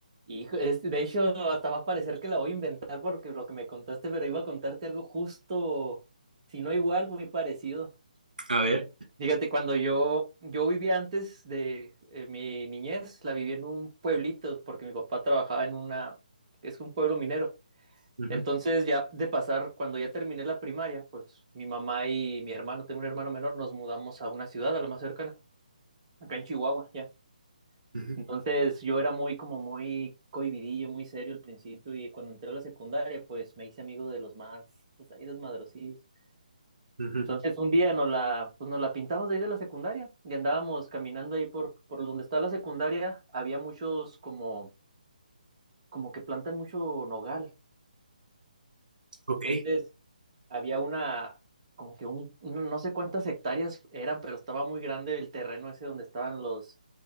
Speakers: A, on the right; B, on the right.
A: Hijo, es- de hecho, hasta va a parecer que la voy a inventar porque lo que me contaste, pero iba a contarte algo justo, si no igual, muy parecido.
B: A ver.
A: Fíjate, cuando yo, yo vivía antes de eh, mi niñez, la viví en un pueblito porque mi papá trabajaba en una, es un pueblo minero.
B: Ujú,
A: Entonces, ya de pasar, cuando ya terminé la primaria, pues mi mamá y mi hermano, tengo un hermano menor, nos mudamos a una ciudad, a la más cercana, acá en Chihuahua, ya.
B: ujú,
A: Entonces yo era muy como muy cohibidillo, muy serio al principio y cuando entré a la secundaria pues me hice amigo de los más, pues ahí desmadrosillos.
B: ujú.
A: Entonces un día nos la, pues nos la pintamos de ahí de la secundaria y andábamos caminando ahí por, por donde está la secundaria, había muchos como, como que plantan mucho nogal.
B: Ok.
A: Entonces había una, como que un, un- no sé cuántas hectáreas eran, pero estaba muy grande el terreno ese donde estaban los,